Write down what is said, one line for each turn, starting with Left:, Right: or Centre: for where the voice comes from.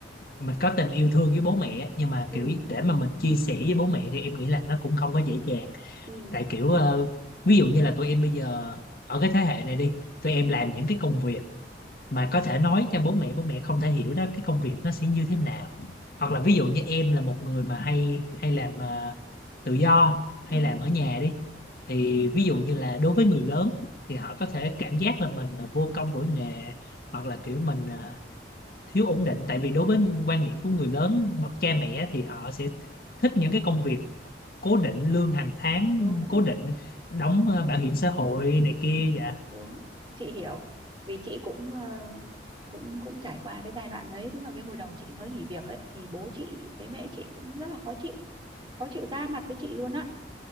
Left: mình có tình yêu thương với bố mẹ á, nhưng mà
Right: Ừ,
Left: kiểu để mà mình chia sẻ với bố mẹ thì em nghĩ là nó cũng không có dễ dàng
Right: ừ,
Left: tại kiểu ờ, ví dụ như là tụi em bây giờ ở cái thế hệ này đi tụi em
Right: ừ,
Left: làm những cái công việc mà có thể nói cho bố mẹ bố mẹ không thể hiểu đó cái công việc nó sẽ như thế nào
Right: đúng
Left: hoặc là ví
Right: rồi.
Left: dụ như em là một người mà hay hay làm ờ, tự do hay
Right: Ừ,
Left: làm ở nhà đi thì
Right: ừ,
Left: ví dụ như là đối với người lớn thì họ có thể cảm giác là mình là vô công đổi nghề hoặc là kiểu mình ờ, thiếu ổn định tại vì đối với quan niệm của người lớn bậc cha mẹ thì họ sẽ thích những cái công việc cố định lương hàng tháng
Right: đúng,
Left: cố định đóng
Right: đúng,
Left: ờ, bảo hiểm xã hội này kia dạ
Right: đúng. Chị hiểu. Vì chị cũng ờ, cũng cũng trải qua cái giai đoạn đấy, tức là cái hồi đầu chị mới nghỉ việc ấy thì bố chị với mẹ chị cũng rất là khó chịu, khó chịu ra mặt với chị luôn á.